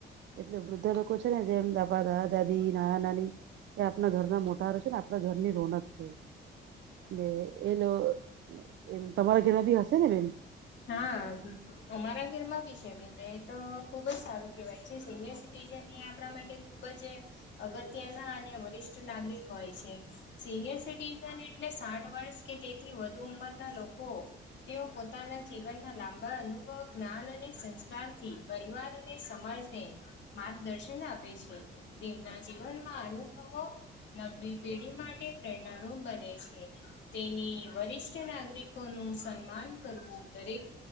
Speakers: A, on the right; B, on the left.
A: એટલે વૃદ્ધા લોકો છે ને જેમ <unintelligible> દાદા દાદી, નાના નાની. એ આપણા ઘરના મોટારો છે ને આપણા ઘરની રોનક છે, ને એલો એમ તમારા ઘેરના બી હશે ને બેન.
B: હા અમારા ઘરમાં બી છે બેન. તો ખૂબ જ સારું કહેવાય છે, સિનિયર સિટીઝન એ આપણા માટે ખૂબ જ અગત્યના અને વરિષ્ઠ નાગરિક હોય છે. સિનિયર સિટીઝન એટલે સાઠ વર્ષ કે તેથી વધુ ઉંમરના લોકો, તેઓ પોતાના જીવનમાં લાંબા અનુભવ જ્ઞાન અને સંસ્કારથી, પરિવાર અને સમાજને, માર્ગદર્શન આપે છે, તેમના જીવનમાં અનુભવો નવી પેઢી માટે પ્રેરણા રૂમ બને છે, તેની વરિષ્ઠ તે નાગરિકો નું સન્માન કરવું દરેક